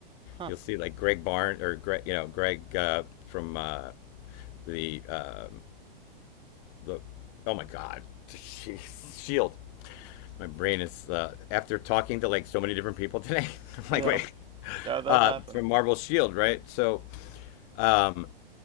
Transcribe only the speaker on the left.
You'll see like Greg Barnes or Greg, you know, Greg uh, from uh, the um, the oh my God, <laughs> Shield. My brain is uh, after talking to like so many different people today. <laughs> I'm
like, wait,
uh,
from Marvel Shield, right? So um,